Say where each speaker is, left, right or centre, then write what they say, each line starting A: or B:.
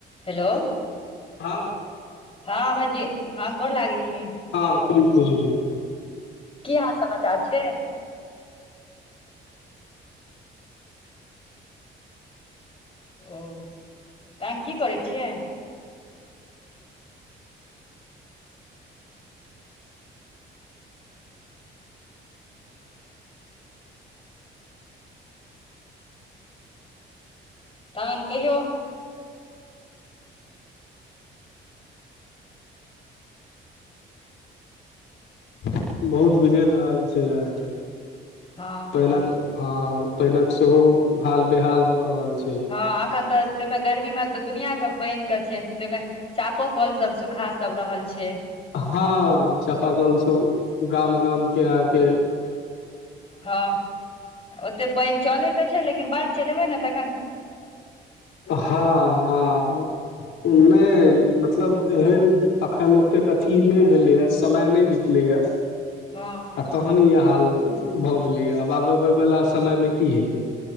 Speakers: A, on the left; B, on the left.
A: हेलो
B: हँ
A: हँ भाईजी हँ गोर लागैय छी
B: हँ खूब खुश रही
A: की हाल समाचार छै ओ तहन की करै छियै तहन कहियौ
B: बहुत बिगड़ रहल छै यहाँके
A: हँ
B: पहिने ह पहिने सेहो हाल बेहाल भऽ रहल छै
A: हँ आखन तऽ तमे गर्मी मे तऽ दुनियाके पानि के छै तहि में चापोकल सब सूखा सब रहल छै
B: हँ चापाकल सभ गाम गाम के अहाँ के
A: हँ ओते पानि चले तऽ छै लेकिन बाढ़ि चलेबे ने त
B: हँ हँ नहि मतलब एहन एखन ओतेक अथी नहि भेलैए समय नहि बितलैए
A: हँ
B: आ तहन ई हाल भऽ गेलै आब आबबय वला समयमे की हेतै